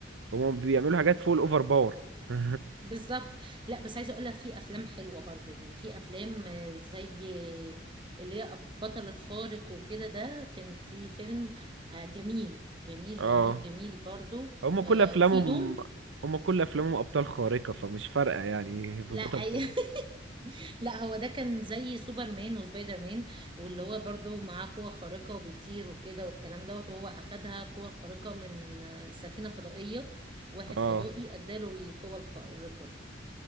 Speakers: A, on the right; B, on the right.
A: هم بيعملوا حاجات فوق الاوفر باور <laughs>
B: بالظبط لا بس عايزه اقول لك في افلام حلوه برضو يعني في افلام آه، زي اللي هي بطل الخارق وكده ده كان في فيلم آه، جميل جميل
A: اه
B: جميل جميل برضو
A: هم
B: آه،
A: كل افلامهم
B: وفي دوم
A: هم كل افلامهم ابطال خارقه فمش فارقه يعني في
B: لا
A: بطل
B: أي...
A: خارق
B: <laughs> لا هو ده كان زي سوبرمان وسبايدر مان واللي هو برضو معاه قوة خارقة وبيطير وكده والكلام دوت وهو أخدها قوة خارقة من آه، سفينة فضائية واحد
A: اه
B: فضائي اداله القوة الخارقة